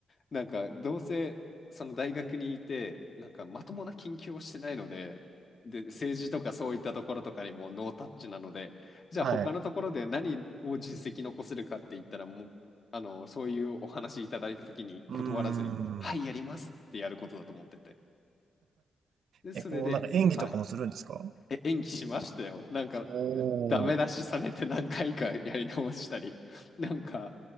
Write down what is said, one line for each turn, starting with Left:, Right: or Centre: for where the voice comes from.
Left: なんか、どうせ、その大学にいて、なんか、まともな研究をしてないので、で、政治とかそういったところとかにもノータッチなので、じゃあ、
Right: はい。
Left: 他のところで何を実績残せるかって言ったら、もう、あの、そういうお話いただいたときに断らずに、
Right: うーん。
Left: はい、やりますってやることだと思ってて。で、それで、
Right: え、こう、なんか演技とかもするんですか
Left: はい、え、演技しましたよ。なんか、
Right: おー。
Left: ダメ出しされて何回かやり直したり、なんか、